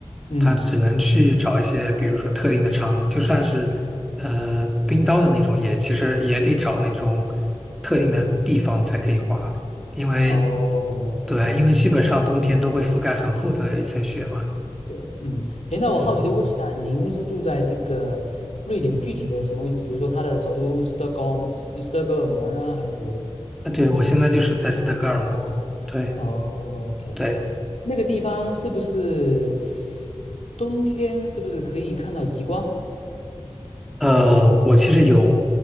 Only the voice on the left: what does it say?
嗯嗯，
嗯
哦。
对嗯，诶，那我好奇的问一下，
您是住在这个瑞典具体的什么位置？比如说它的首都斯德哥尔摩斯斯德哥尔摩呢，还是？
哦，OK，
那个地方是不是冬天是不是可以看到极光？